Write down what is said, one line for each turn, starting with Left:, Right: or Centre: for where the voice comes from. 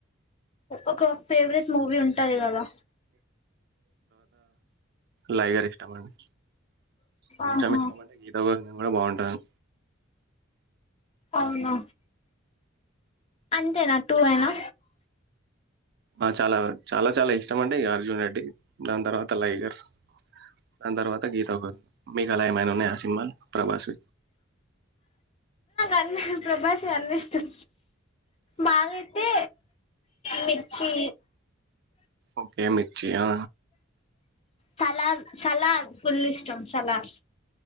Left: ఒక ఫేవరెట్ మూవీ ఉంటది కదా
Right: లయగర్ ఇష్టం అండి కొంచెం
Left: ఆహా
Right: ఇష్టం అంటే గీత భగ్నం కూడా బాగుంటంది
Left: అవునా అంతేనా టూ అేనా
Right: ఆ చాలా చాలా చాలా ఇష్టం అండి అర్జున్ రెడ్డి దాని తర్వాత లైగర్ దాని తర్వాత గీత ఒక మీకు అలా ఏమైనా సిమాల్ ప్రబాస్
Left: అన్న ప్రభాష అన్ని ఇష్టం బాగాయితే మిర్చి
Right: ఓకే మిచ్చయా
Left: సలార్ సలార్ ఫుల్ ఇష్టం సలార్